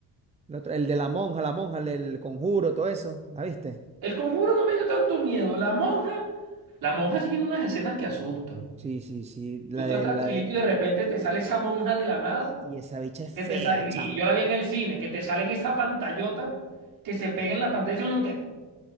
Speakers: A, on the right; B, on the right.
A: el otro- el de la monja, la monja, el, del conjuro, todo eso, ¿la viste?
B: El conjuro no me dio tanto miedo. La monja, la monja sí tiene unas escenas que asustan.
A: Sí, sí, sí, la
B: Tú estás
A: de,
B: tranquilito
A: la de-
B: y de repente te sale esa monja de la nada
A: y esa bicha es
B: que
A: fea,
B: te sa- y
A: chamo.
B: yo la vi en el cine, que te salen esa pantallota que se pega en la pantalla y uno que,